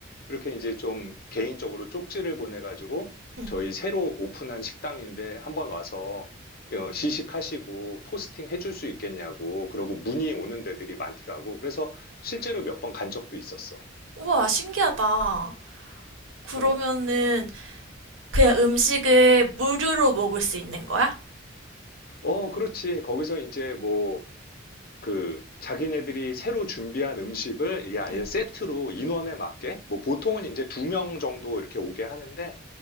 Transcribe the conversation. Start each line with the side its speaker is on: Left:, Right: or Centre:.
Left: 이렇게 이제 좀 개인적으로 쪽지를 보내가지고
Right: 응.
Left: 저희 새로 오픈한 식당인데 한번 와서 어, 시식하시고 포스팅 해줄 수 있겠냐고 그러고 문의 오는 데들이 많더라고. 그래서 실제로 몇 번 간 적도 있었어.
Right: 우와, 신기하다. 그러면은
Left: 어,
Right: 그냥 음식을 무료로 먹을 수 있는 거야?
Left: 어, 그렇지. 거기서 이제 뭐 그 자기네들이 새로 준비한 음식을 이게 아예
Right: 응,
Left: 세트로 인원에 맞게 뭐 보통은 이제 두 명 정도 이렇게 오게 하는데